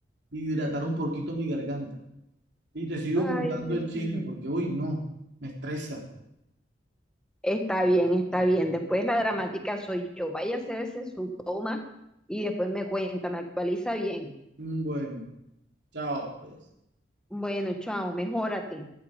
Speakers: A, on the right; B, in the centre.
A: hidratar un poquito mi garganta. Y te sigo
B: ay,
A: contando
B: Dios
A: el chisme
B: mío.
A: porque, uy, no, me estresa.
B: Está bien, está bien. Después la dramática soy yo. Vaya a hacerse su toma y después me cuenta, me actualiza bien.
A: Mm, Bueno, chao, pues.
B: Bueno, chao, mejórate.